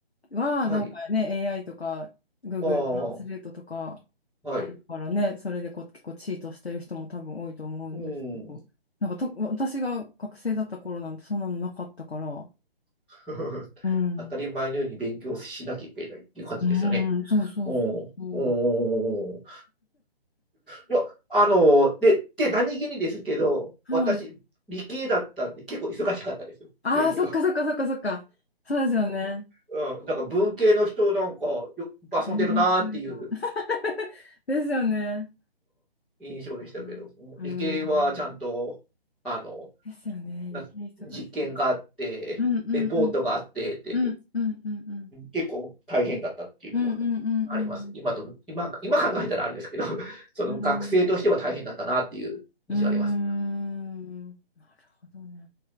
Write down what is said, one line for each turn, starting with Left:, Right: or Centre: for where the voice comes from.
Left: は、
Centre: はい。
Left: なんかね、AI とか Google
Centre: ああ、
Left: トランスレートとか
Centre: はい。
Left: あるからね、それでこう結構チートしてる人も多分多いと思うんですけど、
Centre: うん。
Left: なんかと、私が学生だった頃なんてそんなのなかったから、
Centre: <laughs>
Left: うん。
Centre: 当たり前のように勉強しなきゃいけないっていう感じですよね。
Left: うん、そうそうそうそう。
Centre: うん。うん。いや、あの、で、で、何気にですけど、
Left: はい。
Centre: 私、理系だったんで、結構忙しかったですよ、
Left: ああ、
Centre: 勉強。
Left: そっかそっかそっかそっか。
Centre: <laughs>
Left: そうですよね。
Centre: うん、なんか文系の人、なんかよ、
Left: 全然違うかも。
Centre: 遊んでるなーっていう
Left: <laughs> ですよね。
Centre: 印象でしたけど、
Left: うんうん。
Centre: 理系はちゃんと、
Left: うん
Centre: あの、
Left: ですよね。
Centre: な実験があって、
Left: 理系忙しい。うんうんうん。
Centre: レポートがあってって、
Left: うんうんうんうん。
Centre: 結構大変だったっていうのがあります。
Left: うんうんうんうん。
Centre: 今と、今、今考えたらあれですけど、<laughs> その学生としては大変だったなっていう印象あります。
Left: うん。うーん。なるほどね。